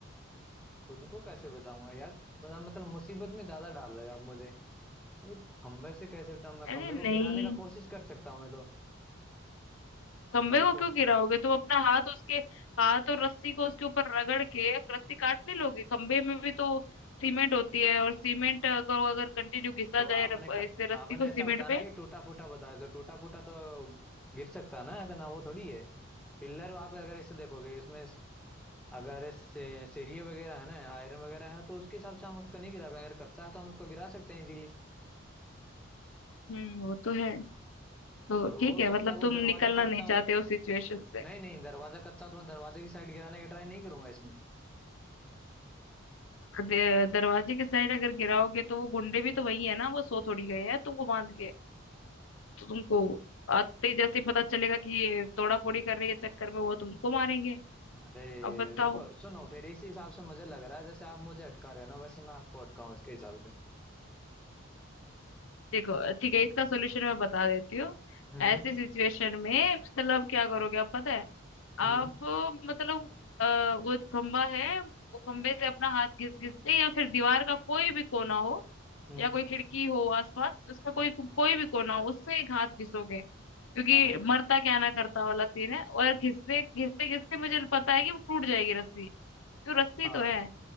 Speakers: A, in the centre; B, on the left.
A: खुद को कैसे बचाऊंगा यार बड़ा मतलब मुसीबत में ज्यादा डाल रहे हो आप मुझे अबे खंबे से कैसे बचाऊं मैं
B: अरे
A: खंबे को
B: नहीं
A: गिराने का कोशिश कर सकता हूँ मैं तो
B: खंबे
A: मैं
B: को
A: को
B: क्यों गिराओगे तुम अपना हाथ उसके हाथ और रस्सी को उसके ऊपर रगड़ के रस्सी काट नहीं लोगे खंबे में भी तो सीमेंट होती है और सीमेंट को अगर कंटिन्यू घिसा
A: तो
B: जाए
A: आपने
B: रप-
A: कत,
B: इससे
A: आपने
B: रस्सी को
A: ऐसा
B: सीमेंट
A: बताना
B: पे
A: कि टूटा फूटा बताया तो टूटा फूटा तो गिर सकता ना इतना वो थोड़ी है पिलर आप अगर इसे देखोगे इसमें स- अगर से, सीढ़ी वगैरह है ना आयरन वगैरह है तो उसके हिसाब से हम उसको नहीं गिरा पाएंगे अगर कच्चा है तो हम उसको गिरा सकते हैं इजीली
B: हम्म वो तो है तो
A: और
B: ठीक
A: वो हो
B: है
A: सकता
B: मतलब
A: है वो
B: तुम
A: दरवाजा
B: निकलना
A: कच्चा
B: नहीं
A: हो
B: चाहते उस सिचुएशन से
A: नहीं नहीं दरवाजा कच्चा हो तो मैं दरवाजे की साइड गिराने का ट्राई नहीं करूंगा इसमें
B: दे- दरवाजे के साइड अगर गिराओगे तो वो गुंडे भी तो वही है ना वो सो थोड़ी गए हैं तुमको बांध के तो तुमको आते ही जैसे ही पता चलेगा कि ये तोड़ा फोड़ी करने के चक्कर में वो तुमको मारेंगे
A: अरे
B: अब बताओ
A: देखो सुनो फिर इसी हिसाब से मुझे लग रहा है जैसे आप मुझे अटका रहे हो ना वैसे मैं आपको अटकाऊं इसके हिसाब से
B: देखो ठीक है इसका सोल्यूशन मैं बता देती हूँ
A: हम्म
B: ऐसी सिचुएशन में मतलब क्या करोगे आप पता है आप
A: हम्म
B: मतलब अ, वो खंबा है वो खंबे से अपना हाथ घिस घिस के या फिर दीवार का कोई भी कोना हो
A: हम्म
B: या कोई खिड़की हो आसपास उसका कोई कोई भी कोना हो उससे एक हाथ घिसोगे क्योंकि
A: हाँ
B: मरता क्या ना करता वाला सीन है और घिसने घिसते घिसते मुझे पता है कि वो टूट जाएगी रस्सी क्यों रस्सी
A: हाँ
B: तो है